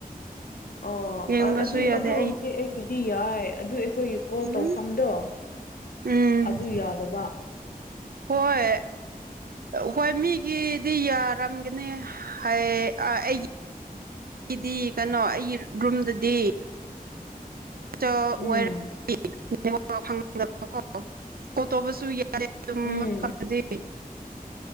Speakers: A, on the left (about 70°); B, on the right (about 75°).
A: ꯑꯣ
B: ꯌꯦꯡꯕꯁꯨ
A: ꯑꯗꯤ
B: ꯌꯥꯗꯦ
A: ꯑꯗꯨꯒꯨꯝꯕꯗꯤ ꯑꯩꯒꯤꯗꯤ ꯌꯥꯏ ꯑꯗꯨ ꯑꯩꯈꯣꯏꯒꯤ ꯀꯣꯜ
B: ꯎꯝ
A: ꯇꯧꯐꯝꯗꯣ
B: ꯎꯝ
A: ꯑꯗꯨ ꯌꯥꯗꯕ
B: ꯍꯣꯏ ꯍꯣꯏ ꯃꯤꯒꯤꯗꯤ ꯌꯥꯔꯝꯒꯅꯤ ꯍꯥꯏ ꯑ ꯑꯩꯒꯤ ꯑꯩꯗꯤ ꯀꯩꯅꯣ ꯑꯩꯒꯤ ꯔꯨꯝꯗꯗꯤ ꯆ
A: ꯎꯝ
B: ꯑꯣꯏ <unintelligible>
A: ꯎꯝ